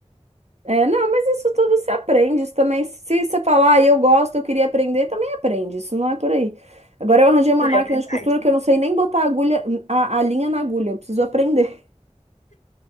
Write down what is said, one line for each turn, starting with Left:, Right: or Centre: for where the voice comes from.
Right: É, não, mas isso tudo se aprende, isso também, se você falar, ah, eu gosto, eu queria aprender, também aprende, isso não é por aí. Agora eu arranjei uma
Left: Não
Right: máquina
Left: é verdade.
Right: de costura que eu não sei nem botar a agulha, a, a linha na agulha, eu preciso aprender. <laughs>